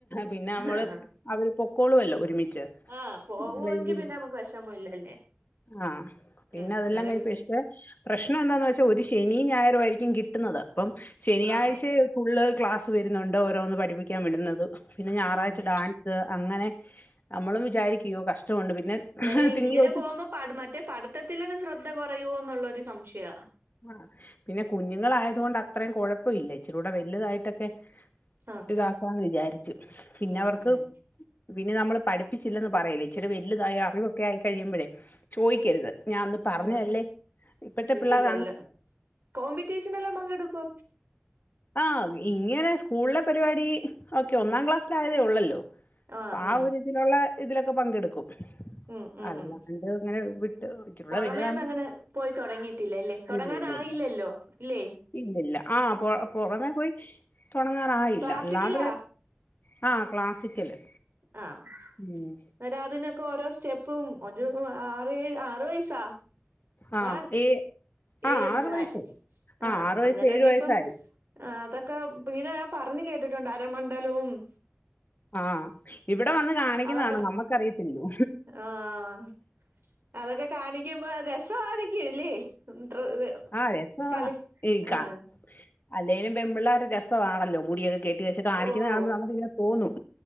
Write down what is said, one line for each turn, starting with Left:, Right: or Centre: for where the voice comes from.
Left: പിന്നെ നമ്മള്
Right: ആഹ്
Left: അവര് പൊക്കോളുവല്ലോ ഒരുമിച്ച്
Right: ആഹ് പോവുവെങ്കി
Left: നല്ല രീതി
Right: പിന്നെ നമുക്ക് വിഷമമില്ല അല്ലേ
Left: ആഹ് പിന്നെ
Right: ഉം
Left: അതെല്ലാം
Right: അന്നെരം-
Left: കഴി പക്ഷെ പ്രശ്നം എന്താന്ന് വെച്ചാ ഒരു ശനി ഞായറും ആയിരിക്കും കിട്ടുന്നത് അപ്പം ശനിയാഴ്ച-
Right: ആഹ്
Left: ഫുള്ള് ക്ലാസ് വരുന്നുണ്ട് ഓരോന്ന് പഠിപ്പിക്കാൻ വിടുന്നത് പിന്നെ ഞായറാഴ്ച
Right: ഉം
Left: ഡാൻസ് അങ്ങനെ നമ്മളും വിചാരിക്കും അയ്യോ കൊണ്ട് പിന്നെ
Right: അന്നേരം
Left: തിങ്കള്
Right: ഇങ്ങനെ
Left: തൊട്ട്-
Right: പോകുമ്പോ മറ്റേ പഠിത്തത്തില് ശ്രദ്ധ കൊറയുവോന്നുള്ള ഒരു സംശയവ
Left: ആഹ് പിന്നെ കുഞ്ഞുങ്ങളായതു കൊണ്ട് അത്രയും കൊഴപ്പവില്ല ഇച്ചിരുടെ വലുതായിട്ടൊക്കെ-
Right: ആഹ്
Left: ഇതാക്കാന്ന് വിചാരിച്ചു പിന്നെ
Right: ഉം
Left: അവർക്ക്-
Right: ഉം
Left: പിന്നെ നമ്മള് പഠിപ്പിച്ചില്ലന്ന് പറയല്ല് ഇച്ചിരി വലുതായ അറിവൊക്കെ ആയി കഴിയുമ്പോഴേ ചോദിക്കരുത് ഞാൻ അന്ന് പറഞ്ഞതല്ലേ
Right: ച്ചാ
Left: ഇപ്പഴത്തെ
Right: വിട്ടില്ലല്ലോ
Left: പിള്ളേ-
Right: കോമ്പറ്റീഷനെല്ലാം പങ്കെടുക്കുവോ
Left: ആഹ് ഇങ്ങനെ സ്കൂളിലെ പരിപാടി ഓക്കെ ഒന്നാം ക്ലാസ്സിലായതേ ഉള്ളല്ലോ
Right: ആഹ്
Left: ആ
Right: ആഹ്
Left: ഒരു ഇതിലുള്ള ഇതിലൊക്കെ പങ്കെടുക്കും
Right: ഉം ഉം
Left: അല്ലാണ്ട്
Right: ഉം
Left: ഇങ്ങനെ വിട്ട് ഇച്ചിരൂടെ
Right: പൊറമേ
Left: വലുതാകുമ്പോ
Right: ഒന്നും അങ്ങനെ പോയി തൊടങ്ങിയിട്ടില്ലയില്ലേ തൊടങ്ങാന്
Left: ഇല്ലില്ല
Right: ആയില്ലല്ലോയില്ലേ
Left: ഇല്ല. ഇല്ലില്ല ആഹ് അ അപ്പോ- പൊറമെ പോയി തൊടങ്ങാറായില്ല
Right: ക്ലാസിക്കലാ
Left: അല്ലാതെ ആഹ് ക്ലാസിക്കല്
Right: ആഹ്
Left: ഉം.
Right: അന്നേരം അതിനൊക്കെ ഓരോ സ്റ്റെപ്പും ഒരു ആറ് ഏഴ് ആറ് വയസാ
Left: ആ
Right: ആഹ്
Left: ഏ ആ
Right: ഏഴു വയസായോ
Left: വയസ്സായി. ആ
Right: ആഹ്
Left: വയസ്സ്
Right: അന്നേരം ഇനിയിപ്പം-
Left: വയസ്സായി.
Right: ആഹ് അതൊക്കെ ഇങ്ങനെ ഞാൻ പറഞ്ഞ് കേട്ടിട്ടുണ്ട് അരമണ്ഡലവും-
Left: ആഹ് ഇവിടെ വന്ന് കാണിക്കുന്നതാണ്
Right: അതൊക്കെ
Left: നമ്മുക്കറിയത്തില്ലൂ
Right: ആഹ് അതൊക്കെ കാണിക്കുമ്പോ രസമായിരിക്കുംയില്ലേ എ ഇ
Left: ആ രസവാ.
Right: കളി
Left: ഈ ക
Right: ആഹ <unintelligible>
Left: അല്ലേലും പെൺപിള്ളേർക്ക രസണല്ലോ മുടിയൊക്കെ കെട്ടി വച്ച് കാണിക്കുന്നത്
Right: ഓഹ്
Left: കാണുമ്പോ നമുക്ക്‌ ഇങ്ങനെ തോന്നും